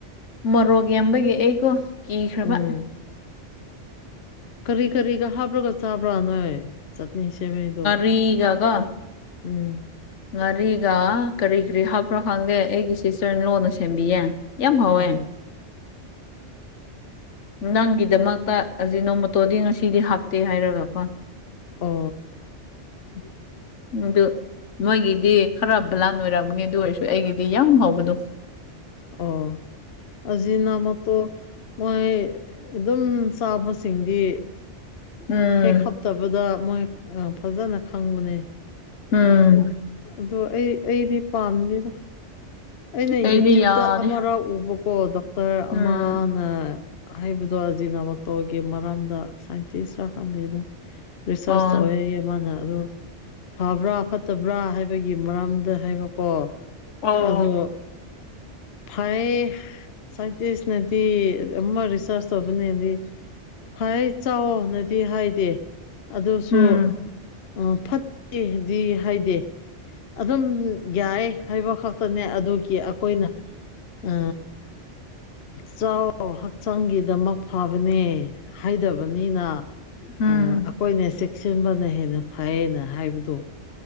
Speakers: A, on the left; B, on the left.
A: ꯃꯣꯔꯣꯛ ꯌꯥꯝꯕꯒꯤ ꯑꯩꯀꯣ ꯀꯤꯈ꯭ꯔꯕ
B: ꯎꯝ ꯀꯔꯤ ꯀꯔꯤꯒ ꯍꯥꯞꯔꯒ ꯆꯥꯕ꯭ꯔꯥ ꯅꯣꯏ ꯆꯠꯅꯤ ꯁꯦꯝꯃꯤꯗꯣ
A: ꯔꯤꯒꯀꯣ
B: ꯎꯝ
A: ꯉꯥꯔꯤꯒ ꯀꯔꯤ ꯀꯔꯤ ꯍꯥꯞꯄ꯭ꯔꯣ ꯈꯪꯗꯦ ꯑꯩꯒꯤ ꯁꯤꯁꯇꯔꯅ ꯂꯣꯟꯅ ꯁꯦꯝꯕꯤꯌꯦ ꯌꯥꯝ ꯍꯥꯎꯋꯦ
B: ꯑꯣ
A: ꯅꯪꯒꯤꯗꯃꯛꯇ ꯑꯁꯤꯖꯤꯅꯣꯃꯣꯇꯣꯗꯤ ꯉꯁꯤꯗꯤ ꯍꯥꯞꯇꯦ ꯍꯥꯏꯔꯒꯀꯣ
B: ꯍꯣ
A: <inaudible> ꯑꯗꯨ ꯃꯣꯏꯒꯤꯗꯤ ꯈꯔ ꯕ꯭ꯂꯥꯟ ꯑꯣꯏꯔꯝꯒꯅꯤ ꯑꯗꯨ ꯑꯣꯏꯔꯁꯨ ꯑꯩꯒꯤꯗꯤ ꯌꯥꯝ ꯍꯥꯎꯕꯗꯨ
B: ꯑꯣ ꯑꯖꯤꯅꯥꯃꯣꯇꯣ ꯃꯣꯏ ꯑꯗꯨꯝ ꯆꯥꯕꯁꯤꯡꯗꯤ
A: ꯎꯝ
B: ꯍꯦꯛ ꯍꯞꯇꯕꯗ ꯃꯣꯏ ꯑ ꯐꯖꯅ ꯈꯪꯕꯅꯦ
A: ꯎꯝ
B: ꯑꯗꯣ ꯑꯩ ꯑꯩꯗꯤ ꯄꯥꯝꯅꯤꯗ ꯑꯩꯅ
A: ꯑꯩꯗꯤ
B: ꯌꯨꯇ꯭ꯌꯨꯕꯇ
A: ꯌꯥꯗꯦ
B: ꯑꯃꯔꯛ ꯎꯕꯀꯣ ꯗꯣꯛꯇꯔ
A: ꯎꯝ
B: ꯑꯃꯥꯅ ꯍꯥꯏꯕꯗꯣ ꯑꯖꯤꯅꯣꯃꯣꯇꯣꯒꯤ ꯃꯔꯝꯗ ꯁꯥꯏꯟꯇꯤꯁꯁꯨ ꯈꯪꯗꯦꯗꯣ ꯔꯤꯁꯔꯁ
A: ꯑꯣ
B: ꯇꯧꯔ ꯌꯦꯡꯉꯣꯅ ꯑꯗꯨ ꯐꯕ꯭ꯔꯥ ꯐꯠꯇꯕ꯭ꯔꯥ ꯍꯥꯏꯕꯒꯤ ꯃꯔꯝꯗ ꯍꯥꯏꯕꯀꯣ
A: ꯑꯣ
B: ꯑꯗꯣ ꯐꯥꯏꯌꯦ ꯁꯥꯏꯟꯇꯤꯁꯅꯗꯤ ꯑꯃ ꯔꯤꯁꯔꯁ ꯇꯧꯕꯅꯦꯗꯤ ꯈ꯭ꯋꯥꯏ ꯆꯥꯎꯅꯗꯤ ꯍꯥꯏꯗꯦ ꯑꯗꯨꯁꯨ
A: ꯎꯝ
B: ꯎꯝ ꯐꯠꯇꯦꯗꯤ ꯍꯥꯏꯗꯦ ꯑꯗꯨꯝ ꯌꯥꯏ ꯍꯥꯏꯕ ꯈꯛ ꯇꯅꯦ ꯑꯗꯨꯒꯤ ꯑꯈꯣꯏꯅ ꯑ ꯆꯥꯎ ꯍꯛꯆꯥꯡꯒꯤꯗꯃꯛ ꯐꯕꯅꯦ ꯍꯥꯏꯗꯕꯅꯤꯅ
A: ꯎꯝ
B: ꯑ ꯑꯈꯣꯏꯅ ꯆꯦꯛꯁꯤꯟꯕꯅ ꯍꯦꯟꯅ ꯐꯩꯌꯦꯅ ꯍꯥꯏꯕꯗꯣ